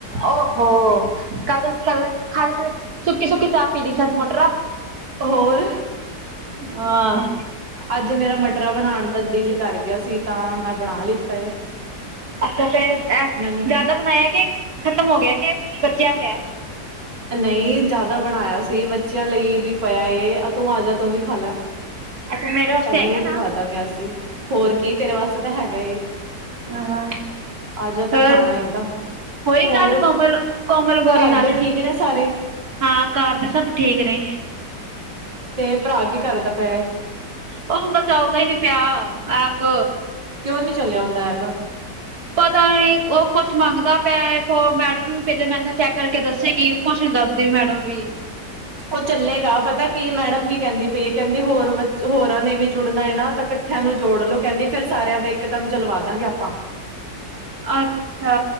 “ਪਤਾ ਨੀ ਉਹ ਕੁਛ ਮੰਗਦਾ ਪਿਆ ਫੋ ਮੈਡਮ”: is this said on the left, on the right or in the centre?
Right